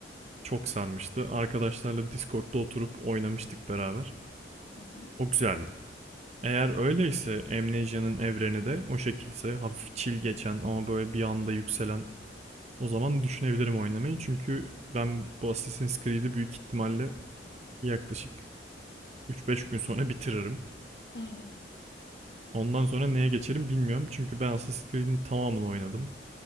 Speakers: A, on the right; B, on the left.
A: Çok sarmıştı. Arkadaşlarla Discord'da oturup oynamıştık beraber.
B: Hı hı.
A: O güzeldi. Eğer öyleyse Amnesia'nın evreni de o şekilse hafif chill geçen ama böyle bir anda yükselen o zaman düşünebilirim oynamayı. Çünkü ben bu Assassin's Creed'i büyük ihtimalle yaklaşık 3-5 gün sonra <laughs> bitiririm.
B: Hı hı.
A: Ondan sonra neye geçerim bilmiyorum. Çünkü ben Assassin's Creed'in tamamını oynadım.